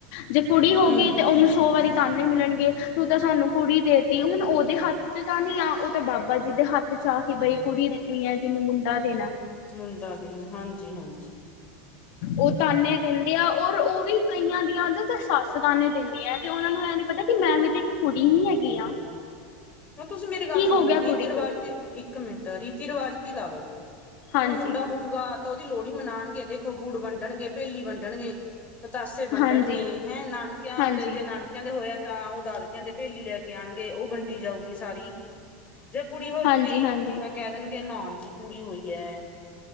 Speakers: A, on the left; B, on the left.
A: ਜੇ ਕੁੜੀ ਹੋ
B: ਹਮ
A: ਗਈ ਤੇ ਓਨੂੰ ਸੋ ਵਾਰੀ ਤਾਨੇ ਮਿਲਣਗੇ ਤੂੰ ਤਾਂ ਸਾਨੂੰ ਕੁੜੀ ਦੇ ਤੀ ਹੁਣ ਓਦੇ ਹੱਥ ਚ ਤਾਂ ਨੀ ਆ ਓ ਤਾਂ ਬਾਬਾ ਜੀ ਦੇ ਹੱ ਤੇ ਚਾ ਕੇ ਬਈ ਕੁੜੀ ਦੇਣੀ ਐ ਜਿਨੂੰ ਮੁੰਡਾ ਦੇਣਾ।
B: ਮੁੰਡਾ ਦੇ ਹਾਂਜੀ-ਹਾਂਜੀ।
A: ਓ ਤਾਨੇ ਦਿੰਦੇ ਆ ਔਰ ਓ ਵੀ ਕਈਆਂ ਦੀ ਆਂਦਤ ਸੱਸ ਤਾਨੇ ਦਿੰਦੀ ਐ ਤੇ ਉਨਾਂ ਨੂੰ ਐ ਨੀ ਪਤਾ ਕੀ ਮੈਂ ਵੀ ਤੇ ਇੱਕ ਕੁੜੀ ਈ ਹੈਗੀ ਆ।
B: ਹੁਣ ਤੁਸੀਂ ਮੇਰੀ ਗੱਲ
A: ਕੀ
B: ਸੁਣੋ
A: ਹੋ ਗਿਆ
B: ਰੀਤੀ
A: ਕੁੜੀ
B: ਰਿਵਾਜ
A: ਹੋ ਗਈ
B: ਤੇ ਇੱਕ ਮਿੰਟ ਰੀਤੀ ਰਿਵਾਜ਼ ਤੇ ਲਾ ਲਓ
A: ਹਾਂਜੀ
B: ਹੁਣ ਮੁੰਡਾ ਹੋਊ ਤਾਂ ਓਦੀ ਲੋਹੜੀ ਮਨਾਣਗੇ ਦੇਖੋ ਗੁੜ ਵੰਡਣਗੇ, ਭੇਲੀ ਵੰਡਣਗੇ ਪਤਾਸੇ ਵੰਡਣਗੇ
A: ਹਾਂਜੀ
B: ਹੈਂ ਨਾਨਕਿਆਂ
A: ਹਾਂਜੀ
B: ਦੇ ਜੇ ਨਾਨ ਕੈਂਦੇ ਹੋਇਆ ਤਾਂ ਓ ਦਾਦਕਿਆਂ ਭੇਲੀ ਲੈ ਕੇ ਆਣਗੇ ਓ ਵੰਡੀ ਜਾਊਗੀ ਸਾਰੀ। ਜੇ ਕੁੜੀ ਹੋਜੂਗੀ
A: ਹਾਂਜੀ ਹਾਂਜੀ
B: ਤਾਂ ਕੈ ਦੇਣਗੇ ਨਾ ਜੀ ਕੁੜੀ ਹੋਈ ਐ।